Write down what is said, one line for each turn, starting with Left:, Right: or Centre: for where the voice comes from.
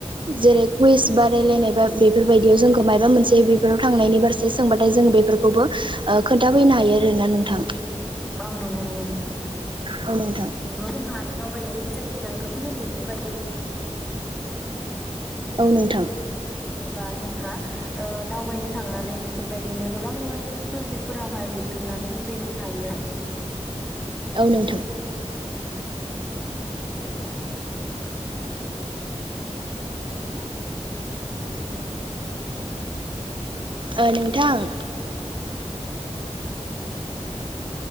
Right: जेरै कुइस बादायलायनाय बा बेफोरबायदियाव जोंखौ माबा मोनसे बेफोराव थांनायनि बार एसे सोंबाथाय जों बेफोरखौबो खोन्थाफैनो हायो आरोना नोंथां।
Centre: औ नंगौ नंगौ नोंथां नंगौ।
Right: औ नोंथां।
Centre: नंगौ जोंहा दावबायनायनि गेजेरजों गोबांनो बेफोरबायदि
Right: औ नोंथां।
Centre: थायोबा जोंहा दावबायनो थांनानै बेफोरबायदिनो गोबां प्रजेक्टफोरावहाय लिरथुमनानै दोनफैनो हायो।
Right: औ नोंथां।
Centre: औ।
Right: ओ नोंथां
Centre: <unintelligible>